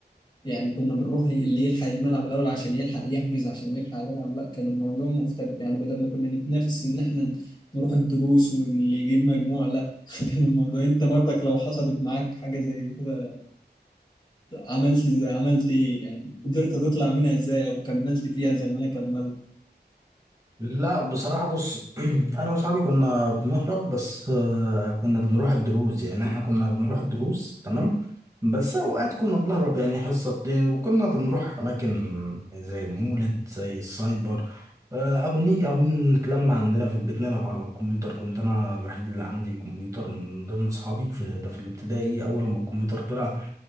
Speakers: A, on the left; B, on the right.
A: يعني كنا بنروح اللي يلحق الملعب الأول عشان يلحق يحجز عشان يلحق يلعب لا كان الموضوع مختلف يعني بدل ما كنا نتنافس إن إحنا نروح الدروس واللي يجيب مجموع لا <laughs> كان الموضوع أنت برضك لو حصلت معاك حاجة زي كده عملت زي عملت إيه يعني قدرت تطلع منها إزاي أو كملت فيها زي ما أنا كملت
B: لا بصراحة بص <clears throat> أنا وأصحابي كنا بنهرب بس آه، كنا بنروح الدروس يعني إحنا كنا بنروح الدروس تمام بس أوقات كنا بنهرب يعني حصة بتاع وكنا بنروح أماكن زي المولد زي السايبر آه، أو نيجي أو نتلم عندنا في البيت نلعب على الكمبيوتر كنت أنا الوحيد اللي عندي كمبيوتر من ضمن أصحابي في ده في الابتدائي أول ما الكمبيوتر طلع